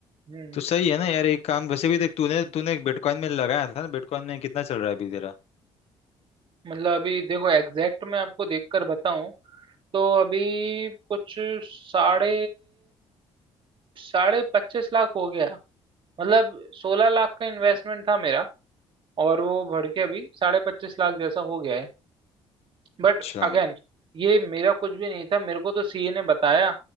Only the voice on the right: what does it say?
हम्म
मतलब अभी देखो एग्जैक्ट मैं आपको देखकर बताऊं तो अभी कुछ साढ़े साढ़े पच्चीस लाख हो गया मतलब सोलह लाख का इन्वेस्टमेंट था मेरा और वो बढ़ के अभी साढ़े पच्चीस लाख जैसा हो गया है बट
अगेन ये मेरा कुछ भी नहीं था मेरे को तो सीए ने बताया